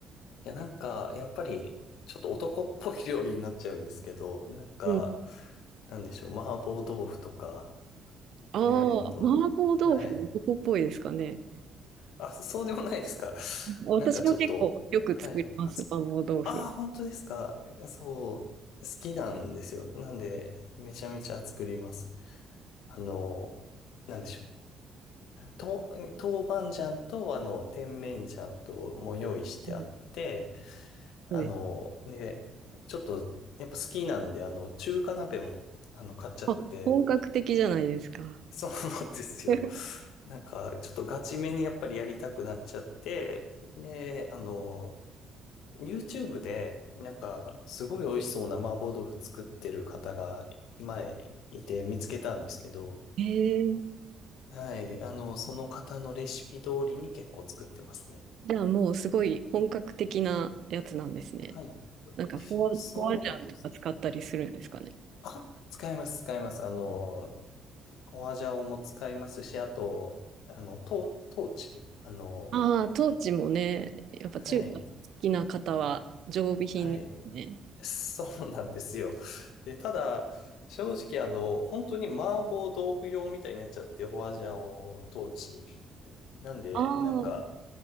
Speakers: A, on the left (about 65°); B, on the right (about 55°).
A: いや、なんか、やっぱり、ちょっと男っぽい料理になっちゃうんですけど、なんか、
B: うん。
A: なんでしょう、麻婆豆腐とか、
B: ああ、
A: えーっと、
B: 麻婆豆腐、
A: はい。
B: 男っぽいですかね。
A: あ、そうでもないですか。
B: 私も結構よく作ります、
A: なんかちょっと、はい。あつ、
B: 麻婆豆腐。
A: あー、本当ですか。そう、好きなんですよ。なんで、めちゃめちゃ作ります。あの、なんでしょう。と、豆板醤と、あの、甜麺醤とも用意してあって、
B: うん
A: あの、
B: そうです。
A: ね、ちょっと、やっぱ好きなんで、あの、中華鍋も、あの、買っちゃって、
B: あ、本格的じゃないですか。
A: そうなんですよ。
B: <laughs>
A: なんか、ちょっとガチめにやっぱりやりたくなっちゃって、で、あの、YouTube で、なんか、すごい美味しそうな麻婆豆腐作ってる方が、前、いて見つけたんですけど、
B: へえ。
A: はい、あの、その方のレシピ通りに結構作ってますね。
B: じゃあもうすごい本格的なやつなんですね。
A: はい。
B: なんかフォア、
A: そうです。
B: フォアジャンとか使ったりするんですかね。
A: <laughs> あ、使います、使います。あの、ホアジャオも使いますし、あと、あの、トー、トーチ。あの、
B: ああー、トーチもね、やっぱ中華好きな方は常備品ですね。
A: はい、はい。そうなんですよ。で、ただ、正直、あの、本当に麻婆豆腐用みたいになっちゃって、ホアジャオ、トーチ。なんで、
B: ああ、
A: なんか、